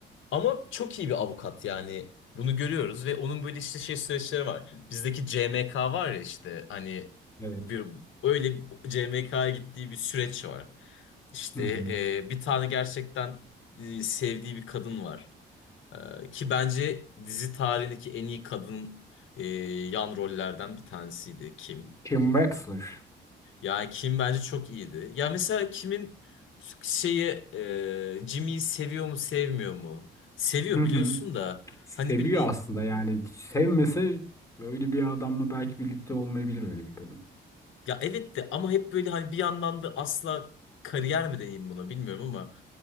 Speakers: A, on the left; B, on the left.
A: Ama çok iyi bir avukat yani. Bunu görüyoruz ve onun böyle işte şey süreçleri var. Bizdeki CMK var ya işte hani
B: Evet.
A: bir öyle CMK'ya gittiği bir süreç var. İşte
B: Hı hı.
A: e, bir tane gerçekten e, sevdiği bir kadın var. E, ki bence dizi tarihindeki en iyi kadın e, yan rollerden bir tanesiydi Kim.
B: Kim Wexler.
A: Yani Kim bence çok iyiydi. Ya mesela Kim'in şeyi e, Jimmy'yi seviyor mu sevmiyor mu? Seviyor
B: Hı
A: biliyorsun
B: hı.
A: da
B: Seviyor
A: hani bir bir
B: aslında yani. Sevmese böyle bir adamla belki birlikte olmayabilir öyle bir kadın.
A: ya evet de ama hep böyle hani bir yandan da asla kariyer mi diyeyim buna bilmiyorum ama